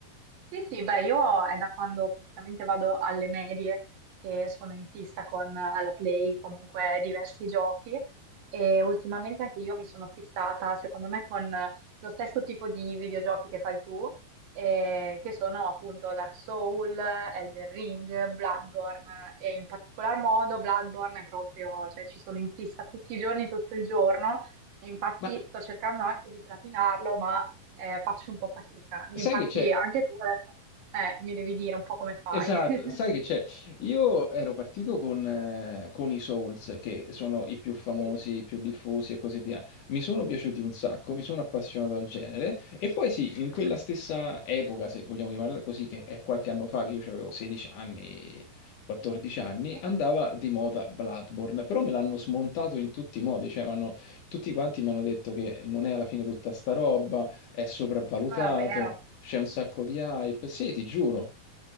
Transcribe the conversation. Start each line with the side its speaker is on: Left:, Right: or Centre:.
Right: Sì, sì, beh, io è da quando praticamente vado alle medie che sono in fissa con eh, la Play, comunque diversi giochi e ultimamente anche io mi sono fissata, secondo me, con eh, lo stesso tipo di videogiochi che fai tu, eh, che sono appunto Dark Soul, Elden Ring, Bloodborne e in particolar modo Bloodborne è proprio, cioè ci sono in fissa tutti i giorni, tutto il giorno. E Infatti
Left: Ma
Right: sto cercando anche di platinarlo, ma eh, faccio un po' fatica. Infatti
Left: sai che c'è?
Right: anche tu adesso eh, mi devi dire un po' come fai.
Left: Esatto,
Right: <laughs>
Left: sai che c'è? Io ero partito con, eh, con i Souls, che sono i più famosi,
Right: Sì,
Left: i più diffusi e così via. Mi sono piaciuti un sacco, mi sono appassionato al genere. E poi sì, in
Right: Mhm.
Left: quella stessa epoca, se vogliamo chiamarla così, che è qualche anno fa, che io avevo 16 anni, 14 anni,
Right: Sì,
Left: andava di moda Bloodborne, però me l'hanno smontato in tutti i modi, cioè m'hanno- tutti quanti mi hanno detto che non è alla fine tutta sta roba, è sopravvalutato,
Right: ma davvero.
Left: c'è un sacco di hype. Sì, ti giuro.